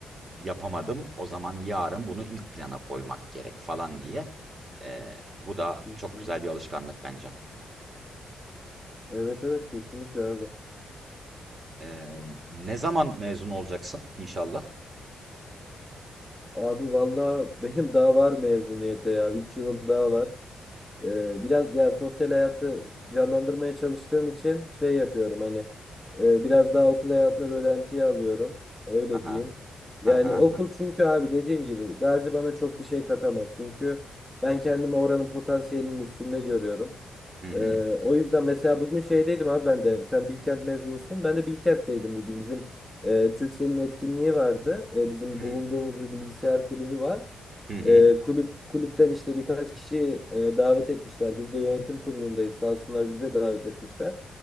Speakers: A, on the right; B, in the centre.
A: yapamadım. O zaman yarın bunu ilk plana koymak gerek falan diye. Eee, bu da
B: hı
A: çok
B: hı.
A: güzel bir alışkanlık bence.
B: Evet evet kesinlikle abi.
A: Eee, ne zaman mezun olacaksın inşallah?
B: Abi valla <laughs> benim daha var mezuniyete ya. 3 yılım daha var. Ee, biraz yani sosyal hayatı canlandırmaya çalıştığım için şey yapıyorum hani e, biraz daha okul hayatını rölantiye alıyorum. Öyle
A: Aha,
B: diyeyim. Yani
A: aha,
B: okul
A: ha,
B: çünkü abi dediğim gibi Gazi bana çok bir şey katamaz. Çünkü ben kendimi oranın potansiyelinin üstünde görüyorum.
A: hı hı,
B: Ee, o yüzden mesela bugün şeydeydim abi ben de. Sen Bilkent mezunusun. Ben de Bilkent'teydim bugün. Bizim e, Turkcell'in etkinliği vardı. E, bizim
A: hı,
B: bulunduğumuz bir bilgisayar kulübü var.
A: hı hı.
B: E, kulüp kulüpten işte birkaç kişi e, davet etmişler. Biz de yönetim kurulundayız. Sağ olsunlar bize davet etmişler.